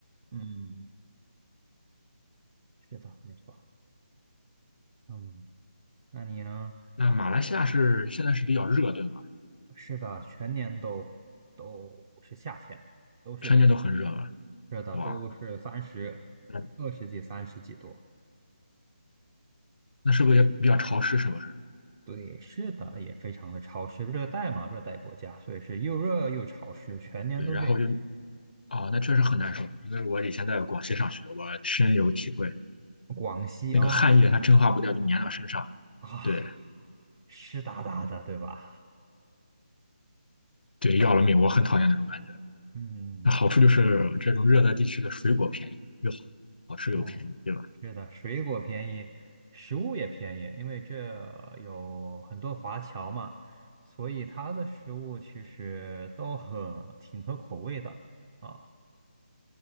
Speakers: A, on the right; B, on the left.
A: 嗯，是的，没错。嗯，那你呢？
B: 那马来西亚是现在是比较热，对吧？
A: 是的，全年都都是夏天，都是一样。
B: 全年都很热了，
A: 是的，
B: 哇，
A: 都是三十、
B: 那
A: 二十几、三十几度。
B: 那是不是也比较潮湿？是不是？
A: 对，是的，也非常的潮湿，热带嘛，热带国家，所以是又热又潮湿，全年都这样。
B: 对，然后就啊，那确实很难受，因为我以前在广西上学，我深有体会，
A: 广西啊，
B: 那个汗液它蒸发不掉，就粘到身上，
A: 啊，
B: 对
A: 湿哒哒的，对吧？
B: 对，要了命，我很讨厌那种感觉。
A: 嗯，
B: 那好处就是这种热带地区的水果便宜，又好好吃又便宜，
A: 哦，
B: 对吧？
A: 是的，水果便宜，食物也便宜，因为这有很多华侨嘛，所以它的食物其实都很挺合口味的啊，